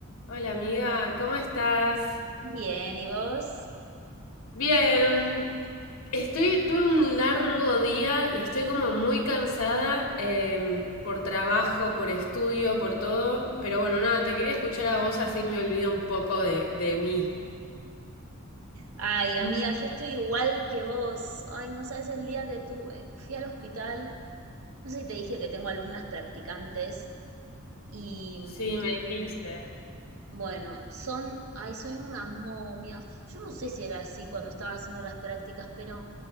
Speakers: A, on the left; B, on the right.
A: Hola amiga, ¿cómo estás?
B: Bien, ¿y vos?
A: Bien, estoy, tuve un largo día y estoy como muy cansada em, por trabajo, por estudio, por todo. Pero bueno, nada, te quería escuchar a vos así me olvido un poco de, de mí.
B: Ay, amiga,
A: Mm.
B: yo estoy igual que vos. Ay, no sabes el día que tuve. Fui al hospital. No sé si te dije que tengo alumnas practicantes. Y mm,
A: Sí, me dijiste.
B: bueno, son, ay, son unas momias. Yo no sé si era así cuando estaba haciendo las prácticas, pero